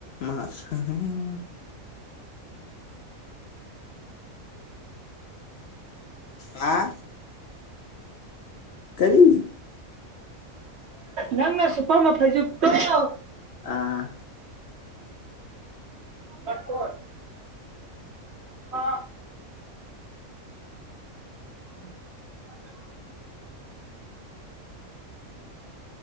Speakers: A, on the left; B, on the right.
A: ꯃꯥꯁ <unintelligible>
B: <unintelligible> <unintelligible> <unintelligible>
A: ꯑꯥ ꯀꯔꯤ
B: ꯅꯪꯅ ꯁꯨꯄꯝꯕ ꯐꯩꯖꯨꯞꯇ‌ꯣ
A: ꯑꯥ
B: <unintelligible> ꯑ <unintelligible>